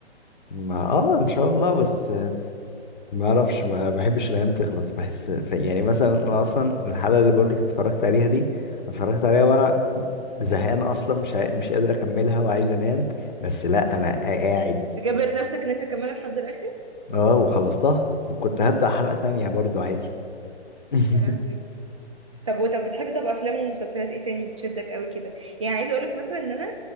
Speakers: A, on the left; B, on the right.
A: ما اه ان شاء الله بس ما اعرفش ما بحبش الايام تخلص بحس ف- يعني مثلا انا اصلا الحلقه اللي بقولك اتفرجت عليها دي اتفرجت عليها وانا زهقان اصلا مش عا... مش قادر اكملها وعايز انام بس لا انا قاعد
B: تجبر نفسك ان انت كمان لحد الاخر
A: اه وخلصتها وكنت هبدأ حلقة ثانية برضو عادي <laughs>
B: يا لهوي طب وطب بتحبي طب افلام ومسلسلات ايه تاني بتشدك قوي كده يعني عايزة اقولك مثلا ان انا